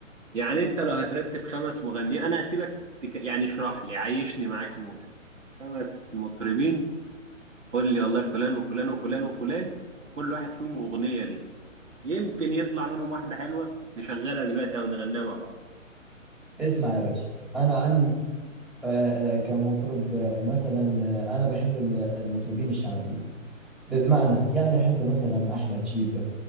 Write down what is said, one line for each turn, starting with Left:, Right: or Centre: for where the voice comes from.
Right: يعني انت لو هترتب خمس مغنيين انا هسيبك تك... يعني اشرح لي عيشني معاك مودك خمس مطربين قول لي والله فلان وفلان وفلان وفلان وكل واحد فيهم اغنية ليه يمكن يطلع منهم واحدة حلوة نشغلها دلوقتي او نغنيها مع بعض
Centre: اسمع يا باشا انا عندي آه، آه، كمطرب آه، مثلا آه، انا بحب ال- المطربين الشعبيين بمعنى يعني احب مثلا احمد شيبة